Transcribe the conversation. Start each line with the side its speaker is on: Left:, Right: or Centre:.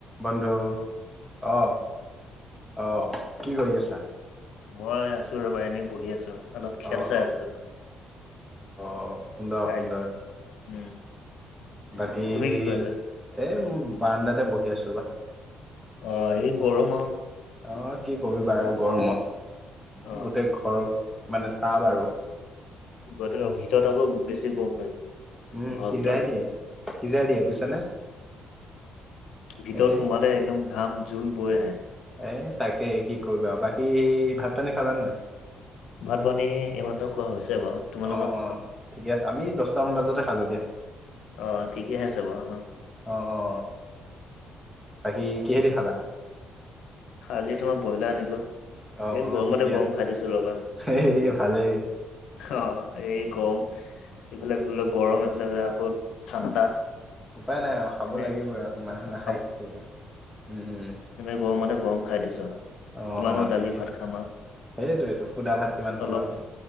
Centre: বন্ধু
Left: হেল্ল'
Centre: অ, অ কি কৰি আছা?
Left: মই আছো ৰ'বা এনেই বহি আছো, অলপ খেল
Centre: অহ
Left: চাই আছিলো।
Centre: অ সুন্দৰ সুন্দৰ
Left: আই পি এল। উম
Centre: বাকী
Left: তুমি
Centre: এ
Left: কি কৰি আছা
Centre: মই বাৰাণ্ডাতে বহি আছো ৰ'বা।
Left: অ এই গৰম আৰু
Centre: অ কি কৰিবা আৰু গৰমত।
Left: অ
Centre: গোটেই ঘৰ মানে টাব আৰু।
Left: গতিকে ভিতৰত আকৌ বেছি গৰম লাগে।
Centre: উম
Left: ঘৰৰ
Centre: সিজাই
Left: ভিতৰত
Centre: দিয়ে, সিজাই দিয়ে বুজিছানে।
Left: ভিতৰত
Centre: এ
Left: সোমালে একদম ঘাম জোল বৈ আহে।
Centre: এ তাকে কি কৰিবা আৰু বাকী ভাত-পানী খালানে নাই?
Left: ভাত-পনী এইমাত্ৰ খোৱা হৈছে বাৰু। তোমালোকৰ
Centre: অ অ ঠিকে আছে, আমি দহটামান বজাতে খালো দিয়া।
Left: অ ঠিকে আছে বাহা,
Centre: অ অ বাকী কিহেদি খালা?
Left: আজি তোমাৰ ব্ৰইলাৰ আনিলো।
Centre: অহ
Left: এই
Centre: অহ
Left: গৰমতে
Centre: ঠিকে
Left: গৰম
Centre: আছে
Left: খাই দিছো ৰ'বা।
Centre: এই ভালেই
Left: অ এই গৰম। এইফালে বোলে গৰম এইফালে বোলে আকৌ ঠাণ্ডা।
Centre: উপায় নাই আৰু খাব
Left: এনে
Centre: লাগিবই আৰু মানুহে
Left: খা-
Centre: নাখায় কি কৰিব। উম উম।
Left: এনেই গৰমতে গৰম খাই দিছো আৰু।
Centre: অঁ
Left: কিমানো
Centre: অঁ ঠিকে
Left: দালি ভাত খাম আৰু।
Centre: সেইটোৱেইটো সুদা ভাত কিমান খাবা
Left: অলপ,
Centre: আৰু